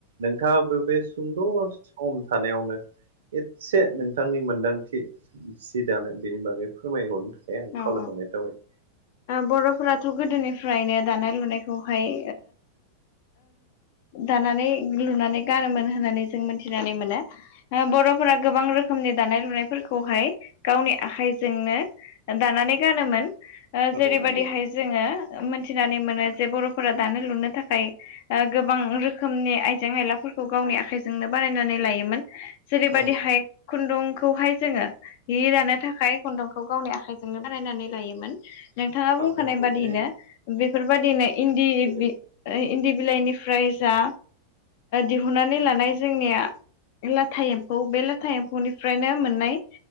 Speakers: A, on the right; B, on the left.
A: नोंथाङा बे बे सुंदर सिखम थानायावनो एसे नोंथांनि मोनदांथि सि दानाय बेनि बागै फोरमायहरनो थाखाय आं
B: औ
A: खावलायहरनाय
B: औ
A: थाबाय
B: बर'फोराथ' गोदोनिफ्रायनो दानाय लुनायखौहाय दानानै लुनानै गानोमोन होननानै जों मोनथिनानै मोनो बर'फोरा गोबां रोखोमनि दानाय लुनायफोरखौहाय गावनि आखाइजोंनो दानानै गानोमोन जेरैबायदिहाय
A: औ नंगौ
B: जोङो मोनथिनानै मोनो जे बर'फोरा दानो लुनो थाखाय गोबां रोखोमनि आइजें आयलाफोरखौ गावनि आखाइजोंनो बानायनानै लायोमोन जेरैबायदिहाय
A: औ
B: खुन्दुंखौहाय जोङो हि दानो थाखाय खुन्दुंखौ गावनि आखाइ जोंनो बानायनानै लायोमोन नोंथाङा
A: थांखानांगौलै
B: बुंखानाय बादिनो बेफोरबाददिनो इन्दि
A: गोदो
B: इन्दि बिलाइनिफ्राय जा दिहुननानै लानाय जोंनिया लाथा एम्फौ बे लाथा एम्फौनिफ्रायनो मोननाय